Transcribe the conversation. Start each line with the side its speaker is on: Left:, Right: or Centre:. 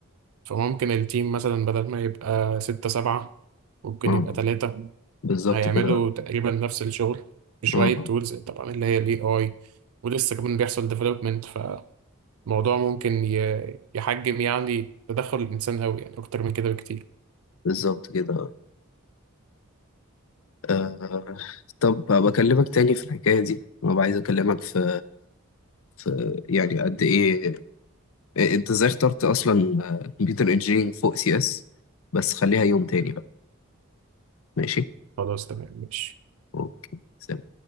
Right: فممكن التيم مثلا بدل ما يبقى ستة سبعة ممكن
Left: اه
Right: يبقى ثلاثة
Left: بالظبط
Right: هيعملوا
Left: كده اه
Right: تقريبا نفس الشغل بشوية
Left: آه،
Right: تولز طبعا اللي هي الاي اي ولسه كمان بيحصل ديفلوبمنت فالموضوع ممكن ي- يحجم يعني تدخل الإنسان قوي يعني أكتر من كده بكتير
Left: بالظبط كده اه آه، طب بكلمك تاني في الحكاية دي انا عايز اكلمك في ف- يعني قد ايه انت ازاي اخترت اصلا آه، كمبيوتر انجينيرنج فوق سي اس بس خليها يوم تاني بقى ماشي
Right: خلاص تمام ماشي
Left: اوكي